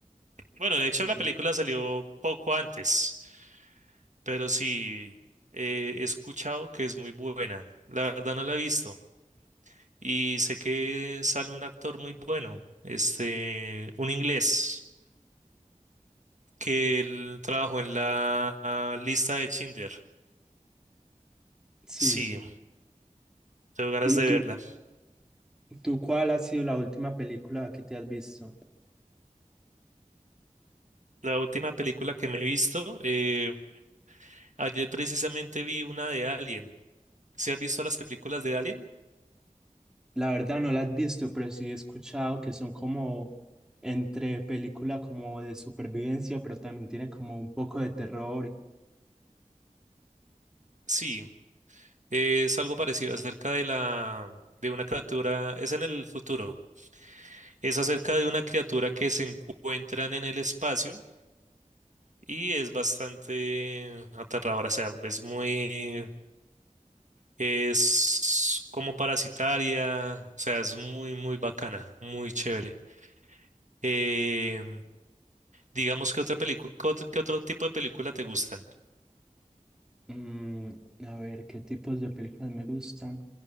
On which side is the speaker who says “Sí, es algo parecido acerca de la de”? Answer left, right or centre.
Right